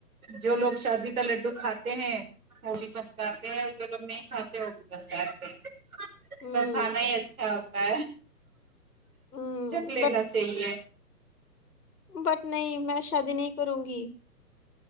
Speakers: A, on the right; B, on the left.
A: جو لوگ شادی کا لڈو کھاتے ہیں وہ بھی پچتاتے ہیں جو لوگ نہیں کھاتے وہ بھی پچتاتے ہیں
B: ہوں
A: پر کھانا ہی اچھا ہوتا ہے
B: ہوں
A: چک لینا
B: بٹ
A: چاہیے
B: بٹ نہیں میں شادی نہیں کروں گی